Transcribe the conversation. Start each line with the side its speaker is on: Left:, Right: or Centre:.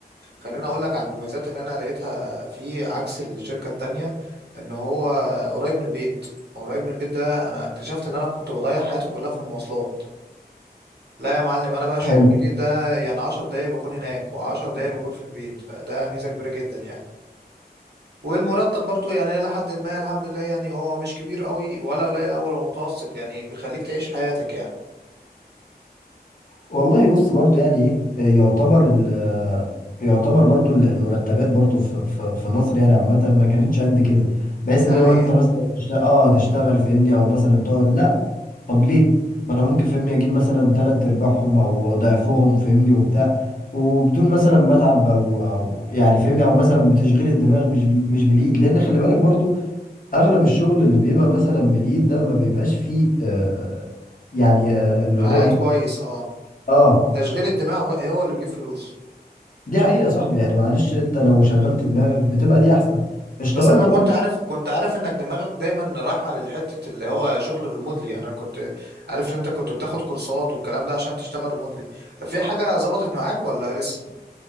Right: خليني اقول لك على المميزات اللي انا لقيتها فيه عكس الشركة التانية ان هو قريب من البيت قريب من البيت ده انا اكتشفت ان انا كنت بضيع حياتي كلها في المواصلات لا يا معلم انا بقى الشغل
Left: حلو
Right: الجديد ده يعني 10 دقايق بكون هناك و10 دقايق بكون في البيت فده ميزة كبيرة جدا يعني والمرتب برضو يعني إلى حد ما الحمد لله يعني هو مش كبير قوي ولا قليل أوي هو متوسط يعني بيخليك تعيش حياتك يعني
Left: والله بص برضو يعني ايه آه، يعتبر ال آه، يعتبر برضو ال- المرتبات برضو في في في مصر يعني عامة ما كانتش قد كده بحيث
Right: ده
Left: اللي
Right: حقيقة
Left: هو انت مثلا تشتغل اه تشتغل فاهمني او مثلا تقعد لا طب ليه؟ ما انا ممكن فاهمني اجيب مثلا تلات ارباعهم او ضعفهم فاهمني وبتاع وبدون مثلا ما اتعب او او يعني فاهمني او مثلا بتشغيل الدماغ مش مش بالايد لان خلي بالك برضو اغلب الشغل اللي بيبقى مثلا بالايد ده ما بيبقاش فيه آه آه، يعني آه اللي
Right: عائد
Left: هو ايه
Right: كويس اه
Left: اه
Right: تشغيل الدماغ هو اللي بيجيب فلوس
Left: دي حقيقة يا صاحبي يعني معلش انت لو شغلت دماغك بتبقى دي احسن اشتغلت
Right: بس أنا كنت
Left: برضو
Right: عارف كنت عارف إنك دماغك دايما رايحة للحتة اللي هو شغل الريموتلي يعني أنا كنت عارف إن أنت كنت بتاخد كورسات والكلام ده عشان تشتغل ريموتلي في حاجة ظبطت معاك ولا لسه؟